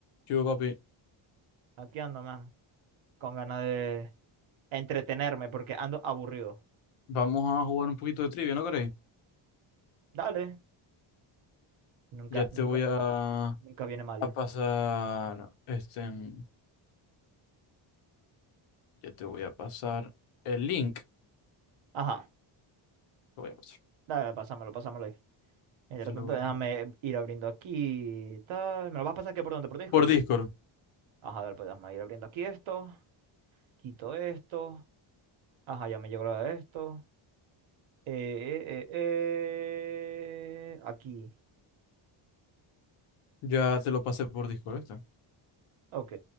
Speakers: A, on the left; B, on the right.
A: Yo, papi,
B: Aquí ando, man, con ganas de entretenerme porque ando aburrido.
A: vamos a jugar un poquito de trivia, ¿no queréis?
B: Dale, nunca,
A: Ya te
B: nunca,
A: voy a, a
B: nunca viene mal.
A: pasar, este, en- ya te voy a pasar el link.
B: Ajá,
A: Lo voy a pasar,
B: dale, pásamelo, pásamelo ahí. Mientras
A: te lo
B: tanto,
A: voy
B: déjame
A: a-
B: ir abriendo aquí, tal. ¿Me lo vas a pasar aquí por donde? ¿Por Discord?
A: Por Discord,
B: Ajá, dale, pues déjame ir abriendo aquí esto. Quito esto. Ajá, ya me llegó la de esto. Eh, eh, eh, eh, Aquí.
A: ya te lo pasé por Discord, ¿viste?
B: Ok.